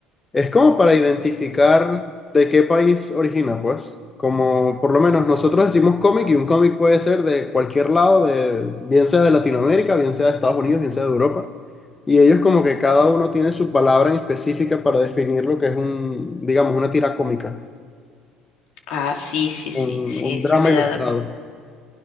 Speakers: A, on the left (about 25°); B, on the left (about 70°).
A: Es como para identificar de qué país origina, pues. Como por lo menos nosotros decimos cómic y un cómic puede ser de cualquier lado, de, bien sea de Latinoamérica, bien sea de Estados Unidos, bien sea de Europa. Y ellos como que cada uno tiene su palabra en específica para definir lo que es un, digamos, una tira cómica,
B: Ah, sí, sí, sí,
A: un,
B: sí,
A: un drama
B: sí me
A: ilustrado.
B: he dado, cu-